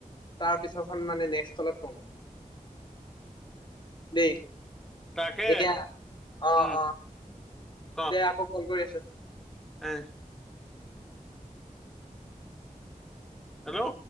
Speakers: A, on the left; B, in the centre.
A: তাৰ পিছৰখন মানে নেক্স কলত কম। দেই,
B: তাকে
A: এতিয়া অ
B: উম
A: অ।
B: ক।
A: দে আকৌ কল কৰি আছো।
B: এ। হেল্ল'